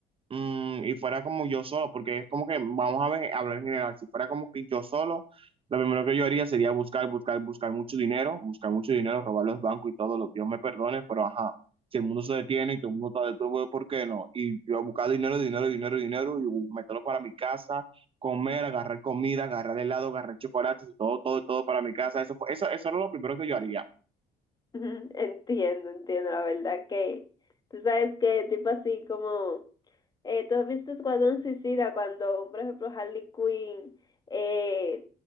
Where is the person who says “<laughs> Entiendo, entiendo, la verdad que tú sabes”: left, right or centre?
Left